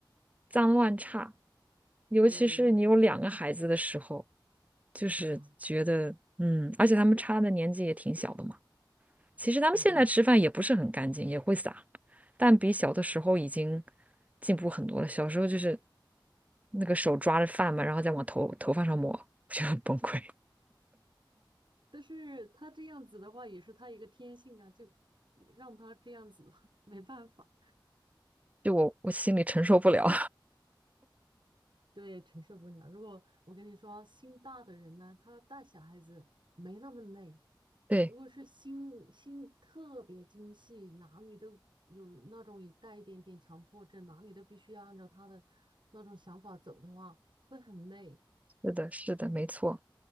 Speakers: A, on the right; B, on the right.
A: 脏乱差，尤其是你有两个孩子的时候，
B: 对，你会觉得
A: 就是觉得嗯，
B: 哇，
A: 而且他们差的年纪也挺小的嘛。其实他们现在吃饭也不是很干净，
B: 嗯，对。
A: 也会撒，但比小的时候已经进步很多了。小时候就是那个手抓着饭嘛，然后再往头头发上抹，我觉得很崩溃，
B: 但是他这样子的话，也是他一个天性啊，就让他这样子吧，没办法。
A: 就我我心里承受不了。
B: 对，承受不了。如果我跟你说，心大的人呢，他带小孩子没那么累。
A: <laughs> 对，
B: 如果是心心特别精细，哪里都有那种一带一点点强迫症，哪里都必须要按照他的那种想法走的话，会很累。
A: 是的，是的，没错。